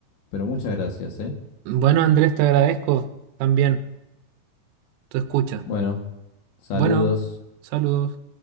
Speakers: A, on the left; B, on the right.
A: pero muchas gracias, ¿eh?
B: Bueno, Andrés, te agradezco también tu escucha.
A: Bueno, saludos.
B: Bueno, saludos.